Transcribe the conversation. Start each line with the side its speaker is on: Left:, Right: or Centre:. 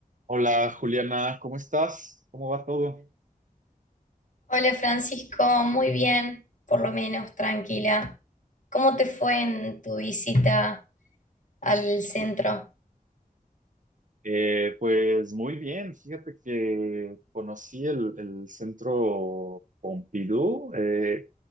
Right: Hola Juliana, ¿cómo estás? ¿Cómo va todo?
Left: Hola Francisco, muy bien, por lo menos tranquila. ¿Cómo te fue en tu visita al centro?
Right: Eh, pues muy bien, fíjate que conocí el, el centro Pompidou. eh,